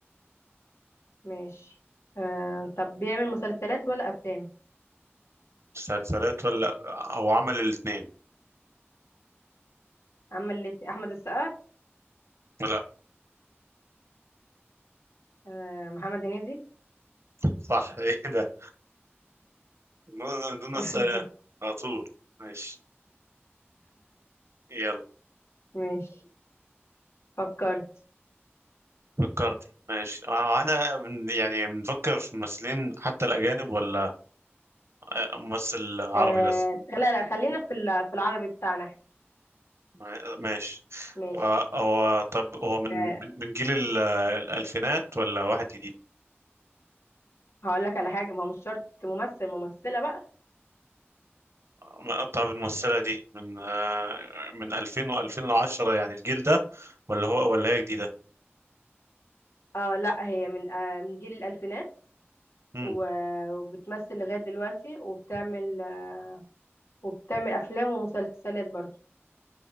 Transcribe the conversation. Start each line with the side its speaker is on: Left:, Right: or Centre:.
Left: ماشي آه طب بيعمل مسلسلات ولا افلام
Right: مسلسلات ولا او عمل الاثنين
Left: عمل الات- احمد السقا
Right: لا
Left: آه، محمد هنيدي
Right: صح <laughs> ايه ده دون دون
Left: <laughs>
Right: اسئلة على طول ماشي يلا
Left: ماشي فكرت
Right: فكرت ماشي آه، انا من- يعني بنفكر في ممثلين حتى الاجانب ولا آه، ممثل عربي
Left: آه
Right: بس
Left: لا لا خلينا في ال- في العربي بتاعنا احنا
Right: ما- ماشي
Left: ماشي
Right: هو هو- طب هو من
Left: آه
Right: من جيل ال- الألفينات ولا واحد جديد؟
Left: هقول لك على حاجة ما هو مش شرط ممثل ممثلة بقى
Right: ما- طب الممثلة دي من آه، من 2000 و2010 يعني الجيل ده ولا هو ولا هي جديدة؟
Left: اه لا هي من آه من جيل الألفينات
Right: امم
Left: و- وبتمثل لغاية دلوقتي وبتعمل آه وبتعمل أفلام ومسلسلات برضه